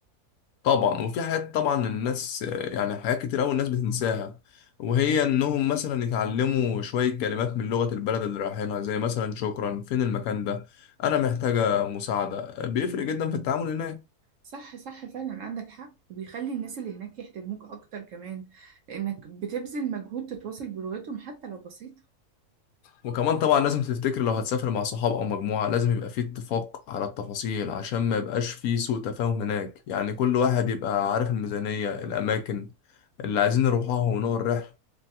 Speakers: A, on the left; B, on the right.
A: طبعا وفي حاجات طبعا الناس آه، يعني حاجات كتير أوي الناس بتنساها وهي إنهم مثلا يتعلموا شوية كلمات من لغة البلد اللي رايحينها زي مثلا شكرا فين المكان ده أنا محتاجة مساعدة بيفرق جدا في التعامل هناك
B: صح صح فعلا عندك حق وبيخلي الناس اللي هناك يحترموك أكتر كمان لأنك بتبذل مجهود تتواصل بلغتهم حتى لو بسيطة
A: وكمان طبعا لازم تفتكر لو هتسافر مع صحاب او مجموعه لازم يبقى فيه اتفاق على التفاصيل عشان ما يبقاش فيه سوء تفاهم هناك يعني كل واحد يبقى عارف الميزانيه الاماكن اللي عايزين نروحها ونوع الرحله